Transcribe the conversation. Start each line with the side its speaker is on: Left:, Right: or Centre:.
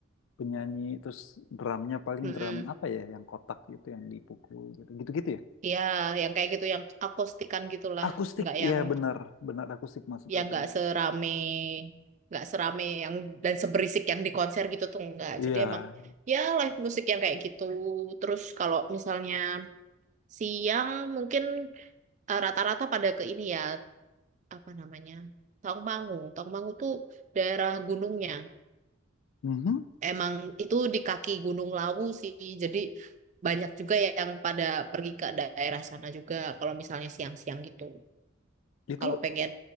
Left: penyanyi terus drumnya paling
Right: Mm-mm.
Left: drum apa ya yang kotak gitu yang dipukul gitu gitu-gitu ya
Right: Ya, yang kayak gitu, yang akustikan gitulah.
Left: akustik
Right: Enggak yang,
Left: iya benar benar akustik maksud
Right: yang
Left: aku
Right: enggak serame, enggak serame yang dan seberisik yang di konser gitu tuh enggak.
Left: iya
Right: Jadi emang ya live musik yang kayak gitu. Terus kalau misalnya siang mungkin eh, rata-rata pada ke ini ya, apa namanya? Tawangmangu. Tawangmangu tuh daerah gunungnya.
Left: Mhm.
Right: emang itu di kaki Gunung Lawu sih. Jadi banyak juga yang pada pergi ke daerah sana juga kalau misalnya siang-siang gitu.
Left: itu
Right: Kalau pengen